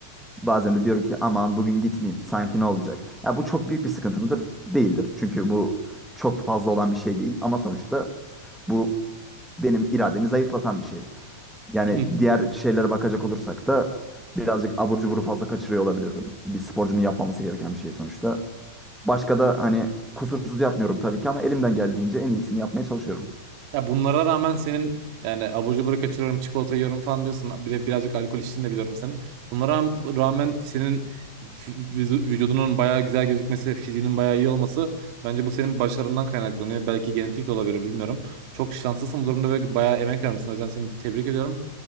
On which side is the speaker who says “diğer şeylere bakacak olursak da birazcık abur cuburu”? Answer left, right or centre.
Centre